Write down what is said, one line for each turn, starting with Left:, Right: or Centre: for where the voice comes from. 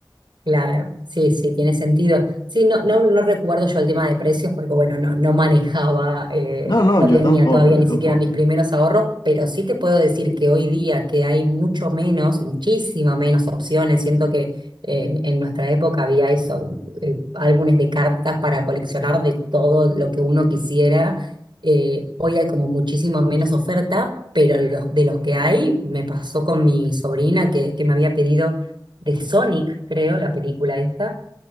Right: Claro, sí, sí, tiene sentido. Sí, no, no, no recuerdo yo el tema de precios porque, bueno, no, no manejaba, eh,
Left: No, no,
Right: no
Left: yo
Right: tenía
Left: tampoco,
Right: todavía
Left: yo
Right: ni
Left: tampoco.
Right: siquiera mis primeros ahorros, pero sí te puedo decir que hoy día que hay mucho menos, muchísima menos opciones. Siento que eh, en nuestra época había eso, eh, álbumes de cartas para coleccionar de todo lo que uno quisiera. Eh, hoy hay como muchísimo menos oferta, pero los, de los que hay, me pasó con mi sobrina que que me había pedido de Sonic, creo, la película esta,